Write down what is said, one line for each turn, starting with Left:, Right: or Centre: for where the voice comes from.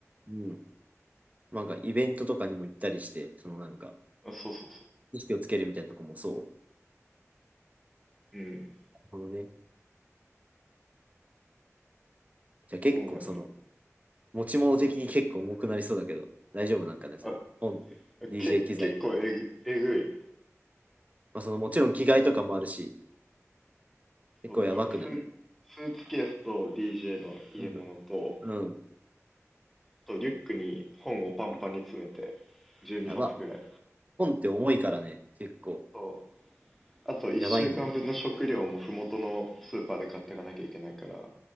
Right: うん。なんかイベントとかにも行ったりして、そのなんか
Centre: あそうそうそう。
Right: 意識をつけるみたいなとこもそう。
Centre: うん、
Right: なるほどね。じゃあ結構その
Centre: そうなんよ。
Right: 持ち物的に結構重くなりそうだけど、大丈夫なんかね、それ。
Centre: あ、
Right: 本と、DJ
Centre: け、
Right: 機材と
Centre: 結構えぐ、えぐい。
Right: まあそのもちろん着替えとかもあるし、結構やばくない。
Centre: そう、だからスうー、うん。スーツケースと DJ の入れ物と、
Right: うんうん。
Centre: あとリュックに本をパンパンに詰めて、12冊ぐらい。
Right: やば。本って重いからね、結構。
Centre: そう。あと1週間分の食料も麓のスーパーで買っていかなきゃいけないから。
Right: やばいんじゃない
Centre: ね